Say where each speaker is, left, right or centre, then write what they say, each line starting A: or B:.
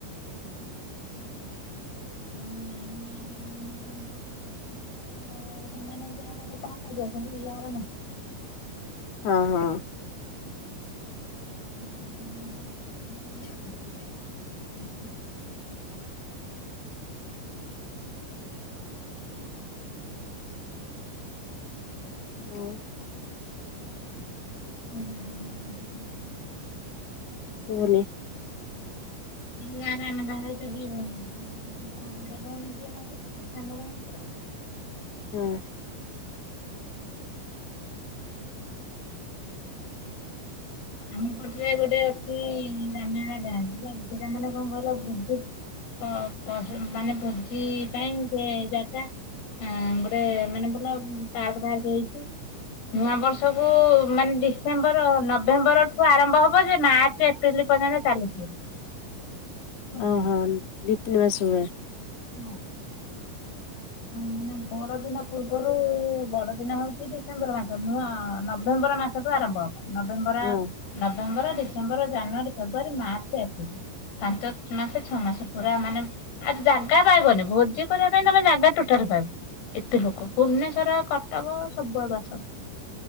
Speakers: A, on the left (about 75°); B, on the left (about 55°).
A: ହୁଁ ଆମ ଗାଁରେ ଭଉଣି ମାନଙ୍କ ପିଲାମାନେ ତ <unintelligible> ମୋ ପିଲାରା ନୁହଁ।
B: ହଁ ହଁ।
A: ହ ହ ହ ହ ହ।
B: ହଁ।
A: ଏଇଁ ନା <unintelligible>
B: ଶୁଭୁନି
A: ଏଇ ଗାଁ ରେ ଆମେ ବାହାହେଇଛୁ ଦି ଭଉଣୀ <unintelligible> ତା ବଡ଼ ଭଉଣୀ ଯିଏ ବାହା ହେଇଚି ଆଉ ସାନ ବାହାହେଇଚି ଆଉ।
B: ହୁଁ।
A: ହୁଁ। ଆମ ପାଟରେ ଗୋଟେ ଅଛି ରେମହଲ ଡ୍ୟାମ ହେଲାକି ସେଟା ମାନେ କଣ କହିଲ ଭଲ ଭୋଜି ମାନେ ଭୋଜି ପାଇଁ ସେ ଜାଗା ଗୋଟେ ମାନେ ଭଲ ପା ଫାର୍ ହେଇଛି ନୂଆ ବର୍ଷକୁ ମାନେ ଡିସେମ୍ବର ନ ନଭେମ୍ବର ଠୁ ଆରମ୍ଭ ହବ ଯେ ମାର୍ଚ୍ଚ ଏପ୍ରିଲ ପର୍ଯ୍ୟନ୍ତ ଚାଲିଥିବ। ହୁଁ।
B: ଓହୋ ଦି ତିନ୍ ମାସ ଭଳିଆ।
A: ହଁ ମାନେ ବଡ ଦିନ ପୂର୍ବରୁ ବଡ ଦିନ ହଉଛି ଡିସେମ୍ବର ମାସ ନୂଆ ନଭେମ୍ବର ମାସ ତୁ ଆରମ୍ଭ ହବ। ନଭେମ୍ବର
B: ହଁ
A: ନଭେମ୍ବର ଡୀସ୍ ଡିସେମ୍ବର ଜାନୁଆରୀ ଫେବୃଆରୀ ମାର୍ଚ୍ଚ ଏପ୍ରିଲ୍ ପାଞ୍ଚ ମାସ ଛଅ ମାସ ପୁରା ମାନେ ଆ ଜାଗା ପାଇବନି ଭୋଜି କରିବା ପାଇଁ ତମେ ଜାଗା ଟୁଟାଲେ ପାଇବନି ଏତେ ଲୋକ ଭୁବନେଶ୍ଵର କଟକ ସବୁଆଡ ଆସନ୍ତି।